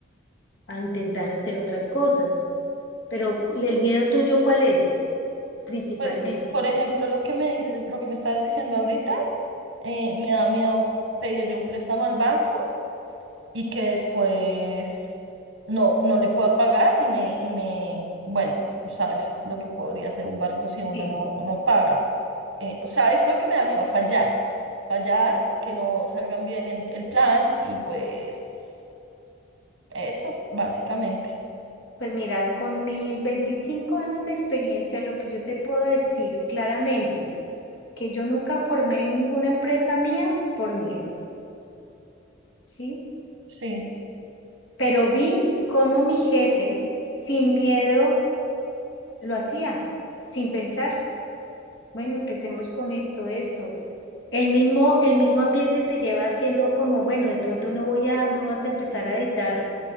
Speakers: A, on the left (about 70°); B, on the right (about 70°).
A: a intentar hacer otras cosas. Pero el miedo tuyo, ¿cuál es? Principalmente.
B: Pues, por ejemplo, lo que me dices, lo que me estabas diciendo ahorita, eh, me da miedo pedirle un préstamo al banco y que después no, no le pueda pagar y me, y me, bueno, tú sabes lo que podría hacer un barco si uno
A: Sí,
B: no, no paga. Eh, o sea, es lo que me da miedo, fallar. Fallar, que no salgan bien el plan y pues eso, básicamente.
A: pues mira, con mis 25 años de experiencia, lo que yo te puedo decir claramente. que yo nunca formé ninguna empresa mía por miedo, ¿sí?
B: Sí,
A: Pero vi cómo mi jefe sin miedo lo hacía, sin pensar. Bueno, empecemos con esto, esto. El mismo, el mismo ambiente te lleva haciendo como, bueno, de pronto no voy a, no vas a empezar a editar